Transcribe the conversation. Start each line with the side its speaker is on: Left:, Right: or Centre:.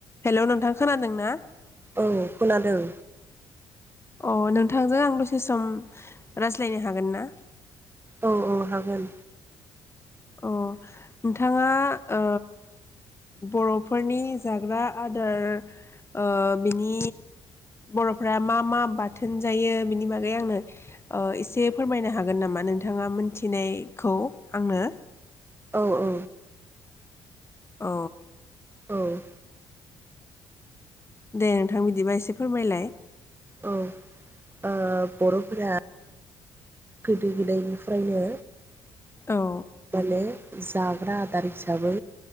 Left: Hello नोंथां खोनादों ना?
Right: औ खोनादों।
Left: अ नोंथांजों आं दसे सम रायज्लायनो हागोन ना?
Right: औ औ हागोन।
Left: अ नोंथाङा ओ बर'फोरनि जाग्रा आदार ओ बिनि बर'फ्रा मा मा बाथोन जायो बिनि बागै ओ आंनो एसे फोरमायनो हागोन नामा नोंथाङा मोन्थिनायखौ आंनो?
Right: औ औ।
Left: औ।
Right: औ।
Left: दे नोंथां बिदिबा एसे फोरमायलाय।
Right: औ ओ बर'फोरा। गोदो गोदायनिफ्रायनो
Left: औ
Right: माने जाग्रा आदार हिसाबै